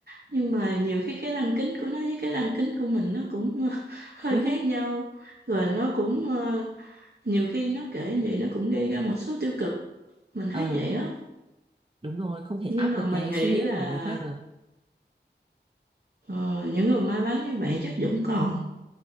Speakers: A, on the right; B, on the right.
A: nhưng mà nhiều khi cái lăng kính của nó với cái lăng kính của mình nó cũng <laughs> hơi
B: ừ
A: khác nhau rồi nó cũng ờ, nhiều khi nó kể vậy nó cũng gây ra một số tiêu cực mình thấy
B: ừ
A: vậy á
B: đúng rồi không thể
A: nhưng
B: áp
A: mà
B: được
A: mình
B: cái
A: nghĩ
B: suy nghĩ
A: là
B: của người khác được
A: ờ, những người may mắn như bạn chắc vẫn còn